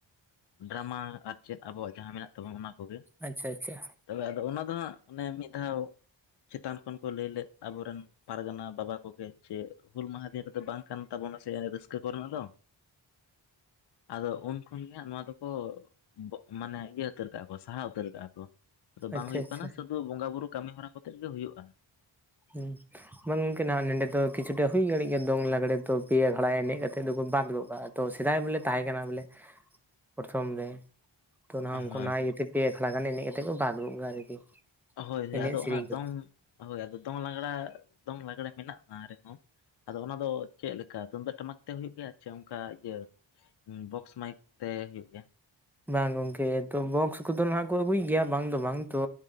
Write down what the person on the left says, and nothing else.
ᱰᱨᱟᱢᱟ ᱟᱨ ᱪᱮᱫ ᱟᱵᱚᱣᱟᱜ ᱡᱟᱦᱟᱸ ᱢᱮᱱᱟᱜ ᱛᱟᱵᱚᱱ ᱚᱱᱟ ᱠᱚ ᱜᱮ
ᱛᱚᱵᱮ ᱟᱫᱚ ᱚᱱᱟ ᱫᱚ ᱦᱟᱸᱜ ᱚᱱᱮ ᱢᱤᱫ ᱫᱷᱟᱣ ᱪᱮᱛᱟᱱ ᱠᱷᱚᱱ ᱠᱚ ᱞᱟᱹᱭ ᱞᱮᱫ ᱟᱵᱚ ᱨᱮᱱᱼᱼ ᱯᱟᱨᱜᱟᱱᱟ ᱵᱟᱵᱟ ᱠᱚ ᱜᱮ ᱡᱮ ᱦᱩᱞ ᱢᱟᱦᱟ ᱫᱤᱱ ᱨᱮ ᱫᱚ ᱵᱟᱝ ᱠᱟᱱ ᱛᱟᱵᱚᱱᱟ ᱥᱮ ᱨᱟᱹᱥᱠᱟᱹ ᱨᱟᱹᱥᱠᱟᱹ ᱠᱚ ᱨᱮᱱᱟᱜ ᱫᱚ ᱟᱫᱚ ᱩᱱ ᱠᱷᱚᱱ ᱜᱮ ᱦᱟᱸᱜ ᱱᱚᱣᱟ ᱫᱚ ᱠᱚᱼᱼ ᱵᱚ ᱢᱟᱱᱮ ᱤᱭᱟᱹ ᱩᱛᱟᱹᱨ ᱠᱟᱜᱼᱟ ᱠᱚ ᱥᱟᱦᱟ ᱩᱛᱟᱹᱨ ᱠᱟᱜᱼᱟ ᱠᱚ ᱟᱫᱚ ᱵᱟᱝ
ᱦᱩᱭᱩᱜ
ᱠᱟᱱᱟ ᱥᱩᱫᱷᱩ ᱵᱚᱸᱜᱟ ᱵᱩᱨᱩ ᱠᱟᱹᱢᱤ ᱦᱚᱨᱟ ᱠᱟᱛᱮᱜ ᱜᱮ ᱦᱩᱭᱩᱜᱼᱟ
ᱦᱳᱭ
ᱦᱳᱭ ᱦᱳᱭ
ᱟᱫᱚ
ᱚᱱᱟ
ᱫᱚᱝ ᱦᱳᱭ ᱟᱫᱚ ᱫᱚᱝ ᱞᱟᱜᱽᱲᱮ ᱫᱚᱝ ᱞᱟᱜᱽᱲᱮ ᱢᱮᱱᱟᱜᱼᱟ ᱨᱮ ᱦᱚᱸ ᱟᱫᱚ ᱚᱱᱟ ᱫᱚ ᱪᱮᱫ ᱞᱮᱠᱟ ᱛᱩᱢᱫᱟᱹᱜ ᱴᱟᱢᱟᱠ ᱛᱮ ᱦᱩᱭᱩᱜ ᱜᱮᱭᱟ ᱥᱮ ᱚᱱᱠᱟ ᱤᱭᱟᱹ ᱵᱚᱠᱥ ᱢᱟᱭᱤᱠ ᱛᱮ ᱦᱩᱭᱩᱜ ᱜᱮᱭᱟ